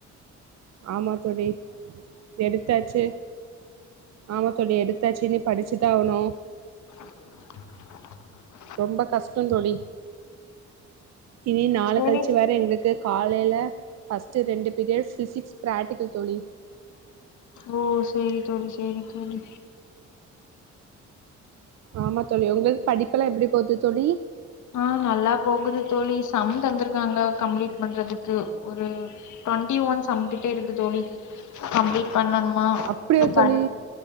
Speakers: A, on the right (about 60°); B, on the left (about 75°).
A: ஆமாத் தோழி எடுத்தாச்சு ஆமா தோழி எடுத் தாச்சி இனி படிச்சுட்டு தா ஆவணு
B: <unintelligible>
A: ரொம்ப கஷ்டந்தோழி இனி நாள
B: சேரி
A: கழிச்சு வேற எங்ளு க்கு காலைல ஃபர்ஸ்ட்டு ரெண்டு பீரியட் ஃபிசிக்ஸ் பிராக்டிக்கல் தோழி
B: ஓ சேரி தோழி சேரி தோழி
A: ஆமா தோழி உங்களுக் படிப்பலா எப்படி போது தோழி
B: ஆ நல்லா போகுது தோழி சம் தந்திருக்காங்க கம்ளீட் பண்றதுக்கு ஒரு டொண்ட்டி ஒன் சம்க்கிட்டே இருக்கு தோழி கம்ளீட் பண்ணணுமா
A: அப்டியா தோழி
B: படி